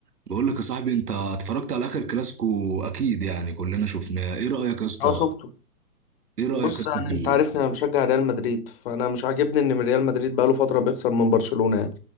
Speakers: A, on the right; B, on the left.
A: بقول لك يا صاحبي انت اتفرجت على اخر كلاسيكو اكيد يعني كلنا شفناه ايه رايك يا اسطى
B: اه شفته
A: ايه رايك
B: بص
A: يا اسطى
B: يعني
A: في
B: انت
A: ال-
B: عارفني
A: في-
B: انا بشجع ريال مدريد فانا مش عاجبني ان ريال مدريد بقاله فتره بيخسر من برشلونه يعني